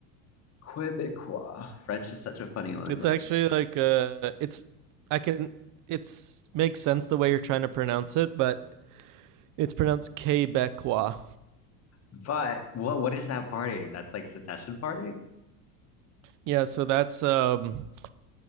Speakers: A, on the left; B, on the right.
A: Québécois. French is such a funny language.
B: It's actually like uh, it's I can it's makes sense the way you're trying to pronounce it, but it's pronounced Quebecois.
A: But what what is that party? That's like secession party?
B: Yeah, so that's um